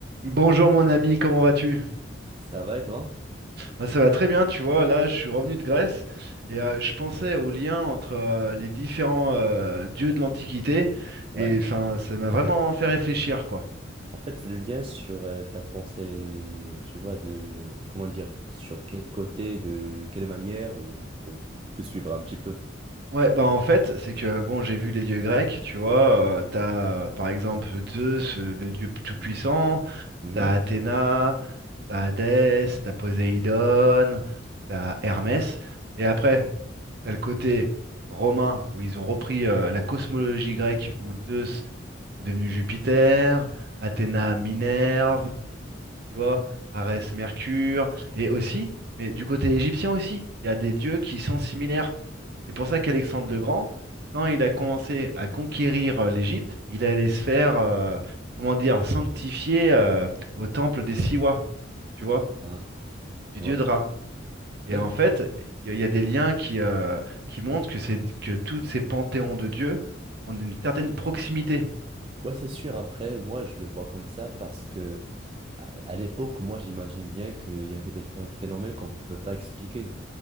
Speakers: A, on the right (about 55°); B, on the right (about 30°).
A: Bonjour mon ami, comment vas-tu?
B: Ça va et toi?
A: Bah, ça va très bien, tu vois, là je suis revenu de Grèce et euh, je pensais au lien entre euh, les différents euh, dieux de l'Antiquité
B: Ouais.
A: et enfin ça m'a vraiment fait réfléchir quoi.
B: En fait, c'est le lien sur euh, ta pensée, tu vois, de, comment dire, sur quel côté, de quelle manière, ou pour te suivre un petit peu.
A: Ouais, bah en fait, c'est que bon, j'ai vu les dieux grecs, tu vois, euh, t'as euh, par exemple Zeus, euh, le dieu tout-puissant,
B: Mhm.
A: t'as Athéna, t'as Hadès, t'as Poséidon, t'as Hermès, et après, T'as le côté romain où ils ont repris euh, la cosmologie grecque où Zeus est devenu Jupiter, Athéna Minerve, tu vois, Arès Mercure, et aussi, mais du côté égyptien aussi, il y a des dieux qui sont similaires. C'est pour ça qu'Alexandre le Grand, quand il a commencé à conquérir euh, l'Égypte, il allait se faire, euh, comment dire, sanctifier euh, au temple des Siwa, tu vois,
B: Ah,
A: du
B: ouais.
A: dieu Dra. Et
B: D'accord.
A: en fait, il y, a il y a des liens qui, euh, qui montrent que c'est que tous ces panthéons de dieux ont une certaine proximité.
B: Ouais, c'est sûr. Après, moi, je le vois comme ça parce que À à l'époque, moi, j'imagine bien qu'il y avait des phé- phénomènes qu'on ne pouvait pas expliquer.